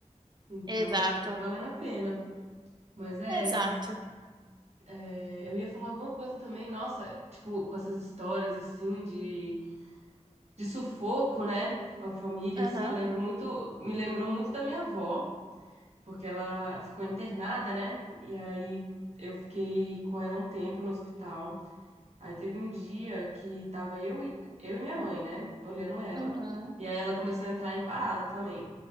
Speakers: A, on the right (about 60°); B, on the right (about 35°).
A: Então
B: Exato,
A: acaba valendo a pena. Mas é,
B: exato.
A: é, eu ia falar alguma coisa também, nossa, tipo, com essas histórias assim de de sufoco, né, com a família,
B: Aham,
A: assim, eu lembro muito, me lembrou muito da minha avó, porque ela ficou internada, né, e aí eu fiquei com ela um tempo no hospital, aí teve um dia que tava eu, e- eu e minha mãe, né, olhando ela,
B: uhum.
A: e aí ela começou a entrar em parada também,